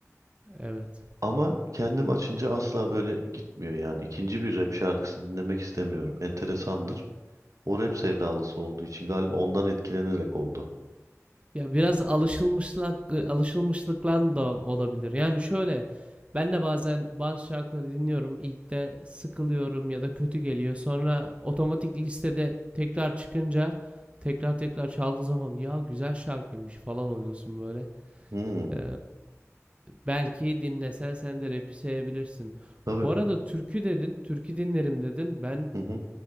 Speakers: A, on the right; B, on the right.
A: Evet.
B: Ama kendim açınca asla böyle gitmiyor yani. İkinci bir rap şarkısı dinlemek istemiyorum. Enteresandır. O rap sevdalısı olduğu için galiba ondan etkilenerek oldu.
A: Ya biraz alışılmışlık alışılmışlıklan da olabilir. Yani şöyle ben de bazen bazı şarkıları dinliyorum. İlk de sıkılıyorum ya da kötü geliyor. Sonra otomatik listede tekrar çıkınca tekrar tekrar çaldığı zaman ya güzel şarkıymış falan oluyorsun böyle.
B: Hmm,
A: Ee, belki dinlesen sen de rap'i sevebilirsin.
B: tabii.
A: Bu arada türkü dedin, türkü dinlerim dedin. Ben
B: Hı hı,